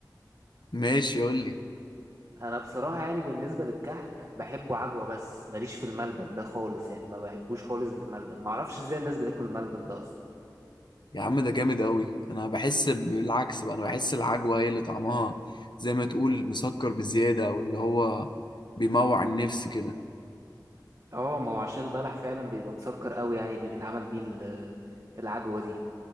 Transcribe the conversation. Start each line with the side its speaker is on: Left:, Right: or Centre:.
Left: ماشي قول لي
Right: انا بصراحه يعني بالنسبه للكحك بحبه عجوه بس ماليش في الملبن ده خالص يعني ما بحبوش خالص بالملبن ما اعرفش ازاي الناس بتاكل الملبن ده اصلا
Left: يا عم ده جامد قوي انا بحس بالعكس بقى انا بحس العجوة هي اللي طعمها زي ما تقول مسكر بزيادة او اللي هو بيموع النفس كده
Right: اه ما هو عشان البلح فعلا بيبقى مسكر قوي يعني اللي بيتعمل بيه ال- العجوه دي